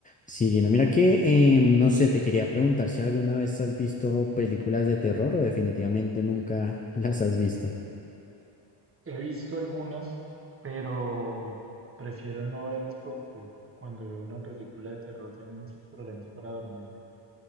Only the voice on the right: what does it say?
He visto algunas, pero prefiero no verlas porque cuando veo una película de terror tengo muchos problemas para dormirme.